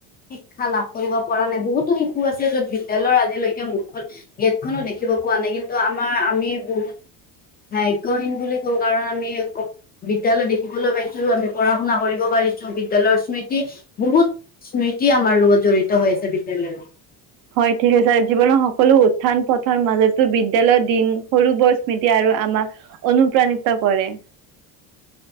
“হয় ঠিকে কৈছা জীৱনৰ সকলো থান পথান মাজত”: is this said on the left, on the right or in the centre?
Right